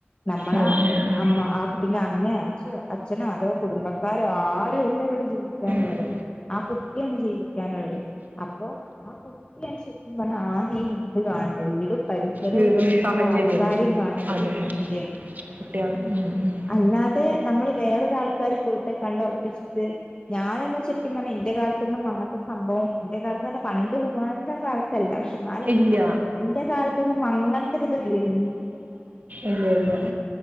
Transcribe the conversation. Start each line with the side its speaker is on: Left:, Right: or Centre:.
Left: നമ്മളാ
Right: ഉം ഉം ഉം
Left: അമ്മ ആ കുട്ടിന്റെ അമ്മ അച്ഛ അച്ഛനോ അതോ കുടുംബ ക്കാരോ ആരല്ല ഇവിടെ ജീവിക്കാനുള്ളത്
Right: അതെ.
Left: ആ കുട്ടിയാണ് ജീവിക്കാനുള്ളത് അപ്പൊ ആ കുട്ടിയാണ് ശരിക്കും പറഞ്ഞാ ആദ്യ ഈ വീട് കാണണ്ടത്. വീടും പരിസരവും
Right: വീടും
Left: വീട്ടിലുള്ള
Right: സാഹചര്യം
Left: ആൾക്കാരെയും കാണേണ്ടത്
Right: അതെ
Left: ഈ കുട്ടിയാണ്
Right: കുട്ടിയാണ് ഉം ഉം
Left: അല്ലാതെ, നമ്മള് വേറൊരാൾക്കാര് പോയിട്ട് കണ്ടു റപ്പിച്ചിട്ട്. ഞാനൊന്നും ശരിക്കും പറഞ്ഞാ ഇന്റെ കാലത്ത്ന്നും അങ്ങനത്തെ സംഭവം ഇന്റെ കാലത്ത് ന്നാൽ പണ്ട് ഉഗാണ്ട കാലത്ത് എല്ലാ പക്ഷെ ഇന്നാലും
Right: ഇല്ല
Left: ഇന്റെ കാലത്തൊന്നും അങ്ങൻത്തൊരിത് ഇല്ലേന്നിനി
Right: ഇല്ല ഇല്ല